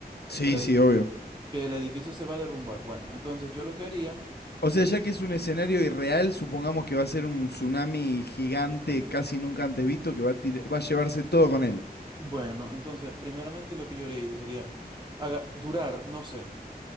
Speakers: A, on the left; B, on the right.
A: Sí,
B: que el edi-
A: sí, obvio.
B: que el edificio se va a derrumbar. Bueno, entonces yo lo que haría
A: O sea, ya que es un escenario irreal, supongamos que va a ser un tsunami gigante, casi nunca antes visto, que va a, tir- va a llevarse todo con él.
B: Bueno, entonces, primeramente lo que yo haría eso sería aga- durar, no sé,